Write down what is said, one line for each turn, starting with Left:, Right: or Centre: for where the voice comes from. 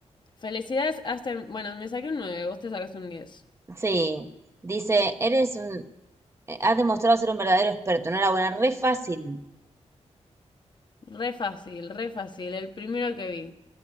Left: felicidades, Aster. Bueno, me saqué un 9, vos te sacaste un 10.
Right: Sí. Dice, eres un, eh, has demostrado ser un verdadero experto, no buena, re fácil.
Left: Re fácil, re fácil. El primero que vi.